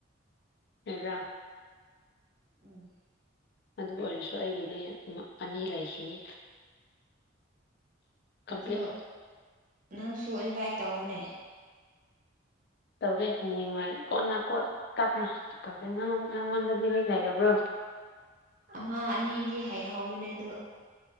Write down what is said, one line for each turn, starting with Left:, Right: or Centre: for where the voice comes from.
Left: ꯉꯔꯥꯡ <unintelligible>
Right: ꯎꯝ
Left: ꯑꯗꯨ ꯑꯣꯏꯔꯁꯨ ꯑꯩꯒꯤꯗꯤ ꯎꯝ-ꯃ ꯑꯅꯤ ꯂꯩꯈꯤꯅꯤ ꯀꯝꯄ꯭ꯂꯤꯠ
Right: ꯑꯗꯣ ꯅꯪꯁꯨ ꯏꯟꯚꯥꯏꯠ ꯇꯧꯎꯅꯦ
Left: ꯇꯧꯒꯦ ꯍꯌꯦꯡ ꯋꯥꯏ ꯀꯣꯟꯅ ꯀꯣꯠ ꯇꯞꯅ ꯇꯧꯒꯦ ꯅꯉꯣꯟ ꯅꯉꯣꯟꯗꯗꯤ ꯃꯤ ꯂꯩꯔꯕ꯭ꯔꯣ
Right: ꯑꯃ ꯑꯅꯤꯗꯤ ꯍꯩꯍꯧꯕꯅꯦ ꯑꯗꯨ